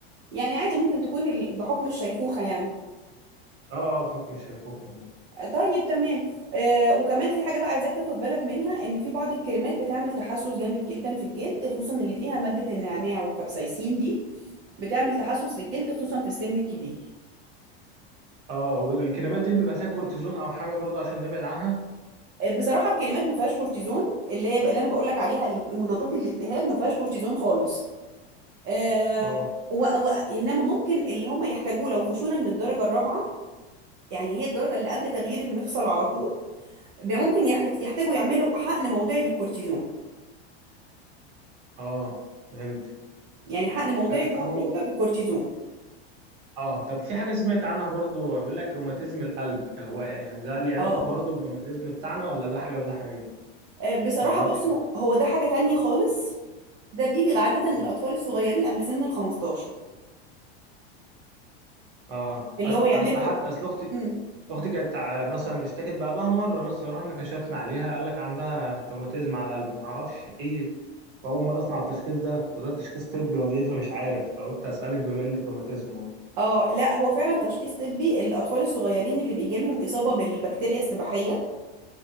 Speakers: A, on the right (about 30°); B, on the right (about 55°).
A: يعني عادي ممكن تكون ال- بحكم الشيخوخة يعني
B: اه آه، بحكم الشيخوخه ممكن.
A: طيب تمام آه وكمان في حاجة بقى عايزاك تاخد بالك منها ان في بعض الكريمات بتعمل تحسس جامد جدا في الجلد خصوصا اللي فيها مادة النعناع والكابسايسين دي بتعمل تحسس للجلد خصوصا في السن الكبير
B: اه والكريمات دي بيبقى فيها كورتيزون او حاجه برضه عشان نبعد عنها
A: بصراحه الكريمات ما فيهاش كورتيزون اللي هي اللي انا بقول لك عليها المضادات للالتهاب ما فيهاش كورتيزون خالص آه
B: اه
A: و... و... انما ممكن اللي هم يحتاجوه لو خشونه من الدرجه الرابعه يعني هي الدرجه اللي قبل تغيير المفصل على طول بي- ممكن يح- يحتاجوا يعملوا حقن موضعي بالكورتيزون
B: اه فهمت
A: يعني حقن موضعي
B: آه، طب
A: جوه
B: هو
A: الركبه بالكورتيزون
B: اه طب في حاجة سمعت عنها برضو بيقول لك روماتيزم القلب هو يعني ده ليه علاقة
A: اه
B: برضو بالروماتيزم بتاعنا ولا ده حاجة وده حاجة
A: آه، بصراحه
B: ما اعرفش
A: بصوا
B: ده
A: هو ده حاجه تانية خالص ده بيجي عاده للاطفال
B: اه
A: الصغيرين قبل سن ال 15
B: اه
A: اللي
B: اصل
A: هو يعملوا
B: اصل حد اصل اختي
A: إمم.
B: اختي كانت ع- مثلا اشتكت بقلبها مرة مثلا رحنا كشفنا عليها قال لك عندها روماتيزم على القلب ما اعرفش ايه واول مرة اسمع التشخيص ده وده تشخيص طبي ولا ايه فمش عارف فقلت اسألك بما انك روماتيزم برضه
A: اه لا هو فعلا تشخيص طبي الاطفال الصغيرين اللي بيجي لهم اصابه بالبكتيريا السباحيه